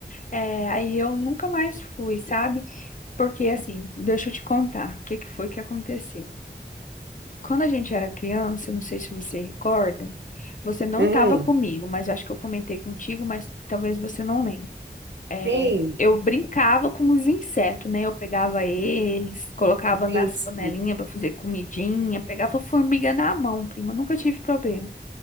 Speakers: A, on the left; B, on the right.
A: É, aí eu nunca mais fui, sabe? Porque assim, deixa eu te contar o que que foi que aconteceu. Quando a gente era criança, não sei se você recorda, você não
B: Uhum.
A: estava comigo, mas acho que eu comentei contigo, mas talvez você não lembre. É,
B: Sim,
A: eu brincava com os insetos, né? Eu pegava eles, colocava nas
B: sim,
A: panelinhas
B: sim.
A: para fazer comidinha, pegava formiga na mão, prima, nunca tive problema.